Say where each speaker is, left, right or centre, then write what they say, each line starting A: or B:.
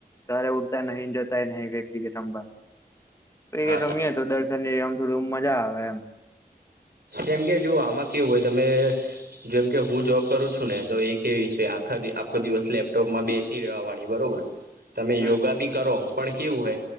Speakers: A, on the left (about 20°); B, on the right (about 70°).
A: તારે ઉડતાય નહી જતા નહ કઈ ક્રિકેટંભા એ
B: હા
A: રમી તો દર્શન ની આમ થોડી મજા આવે એમ
B: કેમ કે જો આમાં કેવું હોય તમે જેમ કે હું જોબ કરું છું ને તો એ કે વિષ આખો દિવસ લેપટોપમાં બેસી રહેેવા વાળ બરોબર તમે
A: હમ
B: યોગા બી કરો પણ કેવું હોય